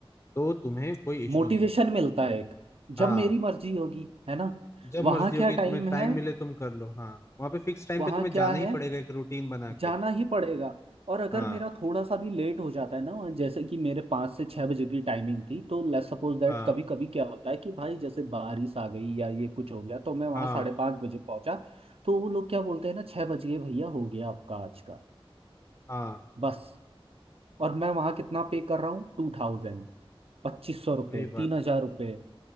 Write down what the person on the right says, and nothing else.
मोटिवेशन
मिलता है एक
जब मेरी मर्जी होगी है ना
वहाँ
क्या टाइम
है
वहाँ
क्या
है
जाना ही पड़ेगा और अगर
मेरा थोड़ा सा भी लेट हो जाता है ना और जैसे कि मेरे पाँच से छः बजे की टाइमिंग थी तो लेट्स सपोज दैट
कभी कभी क्या होता है कि भाई जैसे बारिश आ गई या ये कुछ हो गया तो मैं वहाँ
साढ़े पाँच बजे पहुंचा तो वो लोग क्या बोलते हैं ना छः बजे भैया हो गया आपका आज का
बस और मैं वहाँ कितना पे कर रहा हूँ टू थाउजेंड पच्चीस सौ रुपये
तीन हजार
रुपये